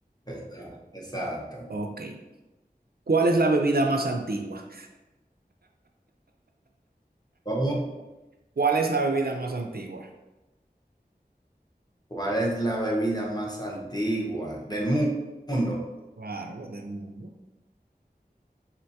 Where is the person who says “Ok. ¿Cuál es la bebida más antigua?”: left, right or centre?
Right